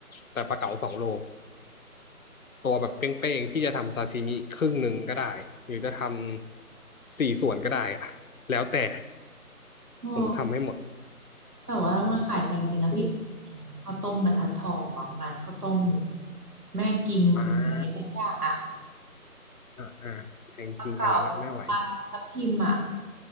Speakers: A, on the left; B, on the right.
A: แต่ปลาเก๋าสองโล ตัวแบบเป้งๆพี่จะทำซาซิมิครึ่งหนึ่งก็ได้หรือจะทำสี่ส่วนก็ได้อะแล้วแต่
B: โอ้
A: ผมทำให้หมด
B: แต่ว่ามันขายแพงจริงนะพี่เคยกินข้าวต้มบรรทัดทองมั้งร้านข้าวต้ม
A: อืม
B: แม่กิมอะไรสักอย่างอ่ะ
A: อ่าอ่าอ่าแพงจริงอันนั้นอะไม่ไหว
B: ปลาเก๋าปลาทับทิมอ่ะ